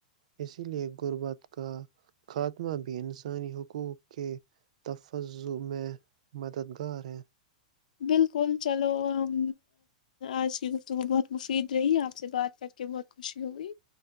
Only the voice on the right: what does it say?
اسی لیے غربت کا خاتمہ بھی انسانی حقوق کے تفظ میں مددگار ہے